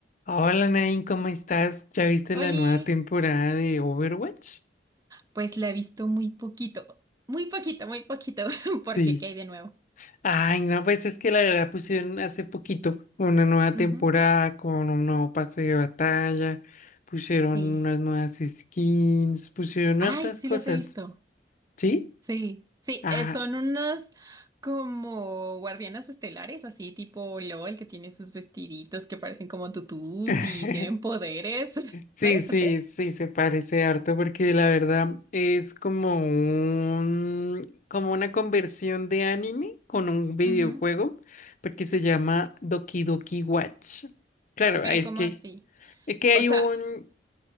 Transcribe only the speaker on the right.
Oli,
pues la he visto muy poquito, muy poquito, muy poquito, <laughs> porque
¿qué hay de nuevo?
Ujú,
Sí.
Ay,
sí
las he visto.
Sí, sí,
eh, son unas como guardianas estelares, así tipo LOL, que tiene sus vestiditos que parecen como tutús
y tienen poderes. <laughs>
Sí,
sí.
Ujú,
Pero
¿cómo
así?
O sea,